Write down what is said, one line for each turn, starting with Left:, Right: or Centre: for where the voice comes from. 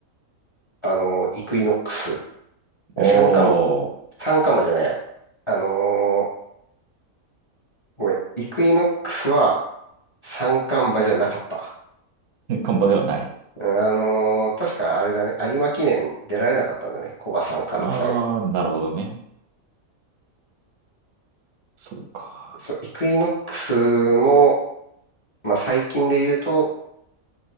Left: あの、イクイノックス。
Right: あ
Left: 三冠、三冠馬じゃないや。あのーごめん、イクイノックスは三冠馬じゃなかった。
Right: あ、<laughs> カンパではない。
Left: うん、あのー確かあれだね、有馬記念出られなかったんだね、コバ三冠の最後。
Right: ああ、なるほどね。そうか。
Left: そう、イクイノックスも、まあ、最近で言うと、